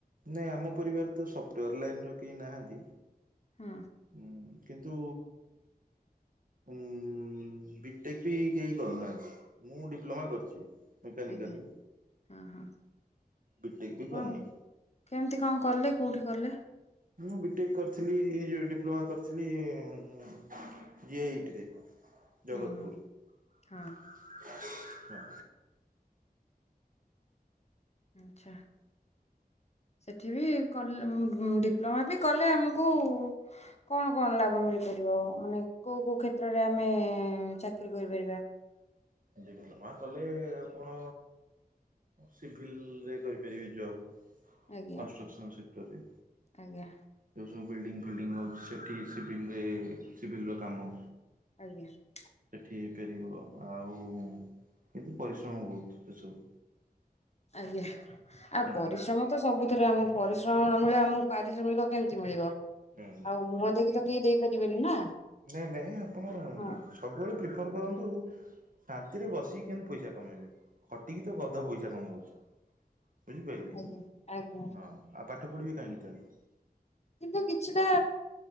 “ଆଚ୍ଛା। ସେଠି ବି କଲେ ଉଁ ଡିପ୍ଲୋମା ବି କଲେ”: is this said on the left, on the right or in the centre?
Left